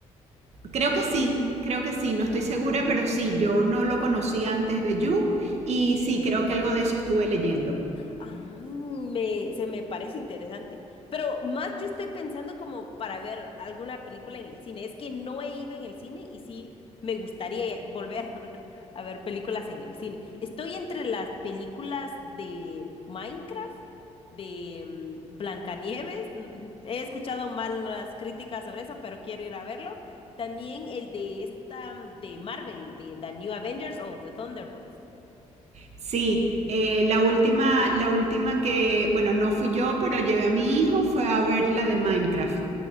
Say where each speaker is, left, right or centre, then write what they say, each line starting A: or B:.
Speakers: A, on the right; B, on the left.
A: Creo que sí, creo que sí, no
B: Ah.
A: estoy segura, pero sí, yo no lo conocí antes de You y sí, creo que algo de eso estuve leyendo.
B: Ay, me, se me parece interesante. Pero más yo estoy pensando como para ver alguna película en el cine. Es que no he ido en el cine y sí me gustaría volver <laughs> a ver películas en el cine. Estoy entre las películas de Minecraft, de mm, Blancanieves. <laughs> He escuchado malas críticas sobre eso, pero quiero ir a verlo. También el de esta mm, de Marvel, de The New Avengers o The Thunderbolts.
A: Sí, eh, la última, la última que, bueno, no fui yo, pero llevé a mi hijo, fue a ver la de Minecraft.